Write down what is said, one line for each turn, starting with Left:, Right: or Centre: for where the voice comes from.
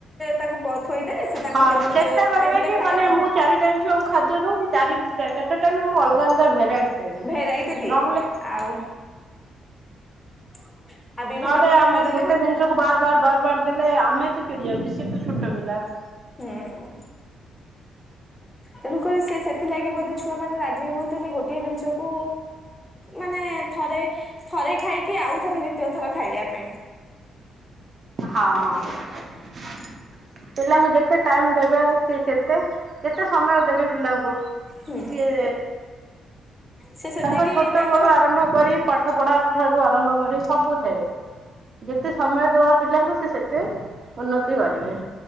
Left: ତାକୁ ପ ଥୋଇଦେଲେ ସେ ତାଙ୍କ
Right: ହଁ
Left: ଟେବୁଲ
Right: ଚେଷ୍ଟା
Left: ଚ
Right: କରିବେ
Left: ଟେବୁଲରେ
Right: କି
Left: ଖାଇବାକୁ
Right: ମାନେ
Left: ହଁ
Right: ମୁଁ ଚାରି ଟାଇମ ଛୁଆଙ୍କୁ ଖାଦ୍ୟ ଦଉଛି ଚାରି ଚାରିଟା ଟାଇ ମୁଁ ଅଲଗା ଅଲଗା ଭେରାଇଟି ଦେବି।
Left: ଭେରାଇଟି ଦିଏ
Right: ନହେଲେ
Left: ଆଉ <unintelligible>
Right: ନହେଲେ
Left: ପ୍ରକାର
Right: ଆମେ
Left: ନଦେଲେ
Right: ଗୋଟେ
Left: ବି
Right: ଜିନିଷକୁ ବାର ବାର ବାର ବାର ଦେଲେ ଆମେ ତ ଚିଡି ଯାଉଛେ ସିଏ ତ ଛୋଟ ପିଲା ।
Left: ହୁଁ ତେଣୁକରି ସେ ସେଥିଲାଗି ବୋଧେ ଛୁଆ ମାନେ ରାଜି ହୁଅନ୍ତିନି ଗୋଟିଏ ଜିନିଷକୁ ମାନେ ଥରେ ଥରେ ଖାଇକି ଆଉ ଥରେ ଦ୍ଵିତୀୟ ଥର ଖାଇବା ପାଇଁ
Right: ହଁ। ପିଲାଙ୍କୁ ଯେତେ ଟାଇମ ଦେବେ ସିଏ ସେତେ ଯେତେ ସମୟ ଦେବେ ପିଲାଙ୍କୁ
Left: ହୁଁ
Right: ସିଏ
Left: ସେ ସେତିକି
Right: ତାଙ୍କ ଛୋଟ
Left: ତାଙ୍କର
Right: ବେଳୁ ଆରମ୍ଭ କରି ପାଠ ପଢା ଠାରୁ ଆରମ୍ଭ କରି ସବୁଥିରେ ଯେତେ ସମୟ ପିଲଙ୍କୁ ସେ ସେତେ ଉନ୍ନତି କରିବେ।